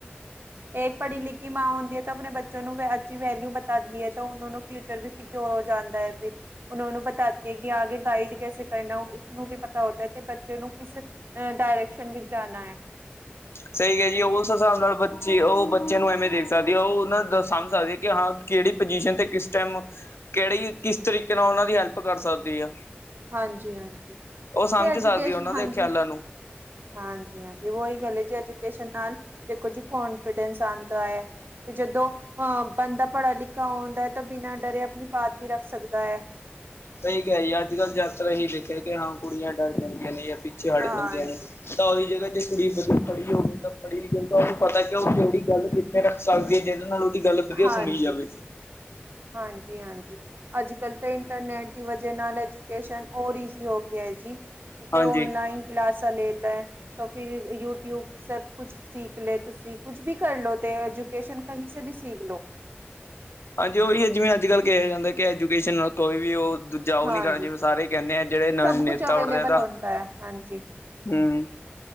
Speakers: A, on the right; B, on the left.
A: ਇਹ ਪੜ੍ਹੀ ਲਿਖੀ ਮਾਂ ਹੁੰਦੀ ਹੈਏ ਤਾਂ ਆਪਣੇ ਬੱਚੇ ਨੂੰ ਵੀ ਵੈਲਿਊ ਬਤਾਂਦੀ ਹੈ ਤੇ ਉਹਨਾਂ ਨੂੰ ਫਿਊਚਰ ਵੀ ਸਿਕਿਓਰ ਹੋ ਜਾਂਦਾ ਹੈ ਫਿਰ ਉਹਨਾਂ ਨੂੰ ਪ ਤ ਕੇ ਕਿ ਆਗੇ ਗਾਈਡ ਕੈਸੇ ਕਰਨਾ ਉਸਨੂੰ ਵੀ ਪਤਾ ਹੋਤਾ ਹੈ ਤੇ ਬੱਚੇ ਨੂੰ ਕਿਸ ਅ ਡਾਇਰੈਕਸ਼ਨ ਵਿੱਚ ਜਾਣਾ ਹੈ।
B: ਸਹੀ ਕਿਹਾ ਜੀ, ਉਸ ਹਿਸਾਬ ਨਾਲ ਬੱਚੇ ਉਹ ਬੱਚੇ ਨੂੰ ਐਵੇਂ ਦੇਖ ਸਕਦੀ ਉਹ ਉਹਨਾਂ ਸਮਝ ਸਕਦੀ ਕਿ ਹਾਂ ਕਿਹੜੀ ਪੁਜੀਸ਼ਨ ਤੇ ਕਿਸ ਟਾਈਮ ਕਿਹੜੀ ਕਿਸ ਤਰੀਕੇ ਨਾਲ ਉਹਨਾਂ ਦੀ ਹੈਲਪ ਕਰ ਸਕਦੀ ਆ।
A: ਹਾਂਜੀ, ਹਾਂਜੀ
B: ਉਹ ਸਮਝ
A: ਤੇ ਐਜੂਕੇਸ਼ਨ
B: ਸਕਦੀ ਆ ਉਹਨਾਂ
A: ਹਾਂਜੀ।
B: ਦੇ ਖਿਆਲਾਂ ਨੂੰ
A: ਹਾਂਜੀ, ਹਾਂਜੀ ਉਹੀ ਗੱਲ ਹੈ ਜੀ ਐਜੂਕੇਸ਼ਨ ਨਾਲ ਦੇਖੋ ਜੀ ਕੌਣ ਕੋਨਫਿਡੈਂਸ ਆਉਂਦਾ ਹੈ ਤੇ ਜਦੋਂ ਅਹ ਬੰਦਾ ਪੜਾ ਲਿਖਿਆ ਹੁੰਂਦੈ ਤਾਂ ਬਿਨਾ ਡਰੇ ਆਪਣੀ ਬਾਤ ਵੀ ਰੱਖ ਸਕਦਾ ਹੈ।
B: ਸਹੀ ਕਿਹਾ ਹੈ ਜੀ ਅੱਜ ਕੱਲ੍ਹ ਯਾਤਰਾ ਇਹੀ ਲਿਖਿਆ ਕਿ ਹਾਂ ਕੁੜੀਆਂ ਡਰ ਜਾਂਦੀਆਂ ਨੇ, ਜਾਂ ਪਿੱਛੇ ਹਟ
A: ਹਾਂਜੀ
B: ਜਾਂਦੀਆਂ ਨੇ। ਤਾਂ ਉਹੀ ਜਗ੍ਹਾ ਜੇ ਕੁੜੀ ਪੜ੍ਹੀ ਹੋਵੇ ਤਾਂ ਪੜ੍ਹੀਉਂ ਤਾਂ ਉਹਨੂੰ ਪਤਾ ਕਿ ਉਹ ਕਿਹੜੀ ਗੱਲ ਕਿੱਥੇ ਰੱਖ ਸਕਦੀ ਏ। ਜਿਹਦੇ ਨਾਲ ਉਹਦੀ ਗੱਲ ਵਧੀਆ
A: ਹਾਂਜੀ
B: ਸੁਣੀ ਜਾਵੇ।
A: ਹਾਂਜੀ- ਹਾਂਜੀ ਅੱਜ ਕੱਲ੍ਹ ਤਾਂ ਇੰਟਰਨੈਟ ਦੀ ਵਜ੍ਹੇ ਨਾਲ ਐਜੂਕੇਸ਼ਨ ਹੋਰ ਈਜ਼ੀ ਹੋ ਗਿਆ ਹੈ ਜੀ। ਤੇ
B: ਹਾਂਜੀ
A: ਔਨਲਾਈਨ ਕਲਾਸਾਂ ਲੈ ਲਹੇ ਤਾਂ ਫਿਰ ਯੂਟੀਊਬ ਸਭ ਕੁਛ। ਸਿੱਖ ਲੈ ਤੁਸੀਂ ਕੁੱਝ ਵੀ ਕਰਲਓ ਤੇ ਐਜੂਕੇਸ਼ਨ ਕਹੀ ਸੇ ਵੀ ਸਿੱਖ ਲਓ।
B: ਹਾਂਜੀ ਉਹੀ ਹੈ ਜਿਵੇਂ ਅੱਜ ਕੱਲ੍ਹ ਕਿਹਾ ਜਾਂਦਾ ਕਿ, ਐਜੂਕੇਸ਼ਨ ਨਾਲ ਕੋਈ ਵੀ ਉਹ ਦੂਜਾ
A: ਹਾਂਜੀ
B: ਨਹੀ ਕਰਨਾ ਜਿਵੇਂ, ਸਾਰੇ ਕਹਿੰਦੇ ਆ ਜਿਹੜੇ ਨਵੇਂ
A: ਸਭ
B: ਨੇਤਾ
A: ਕੁਛ ਅਵੇਲੇਬਲ
B: ਉੱਠਦੇ ਆ ਤਾਂ
A: ਹੁੰਦਾ ਹੈ ਹਾਂਜੀ
B: ਹਮ।